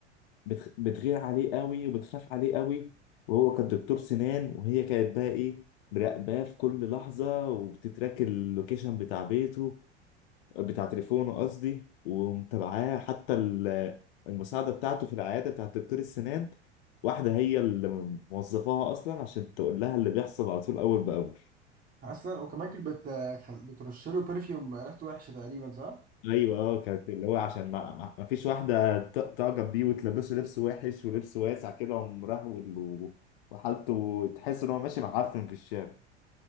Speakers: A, on the left; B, on the right.
A: بتخ- بتغير عليه قوي وبتخاف عليه قوي وهو كان دكتور سنان وهي كانت بقى إيه مراقباه في كل لحظة وبتتراك اللوكيشن بتاع بيته بتاع تليفونه قصدي ومتابعاه حتى ال- المساعدة بتاعته في العيادة بتاع دكتور السنان واحدة هي اللي موظفاها أصلا عشان تقول لها اللي بيحصل على طول أول بأول
B: اصلا وكمان كانت بت... خل- بترش له برفيوم ريحته وحشه تقريبا صح
A: أيوه أه كانت اللي هو عشان ما, ما ما فيش واحدة ت- تعجب بيه وتلبسه لبس وحش ولبس واسع كده ومرهول و- وحالته تحس إن هو ماشي معفن في الشارع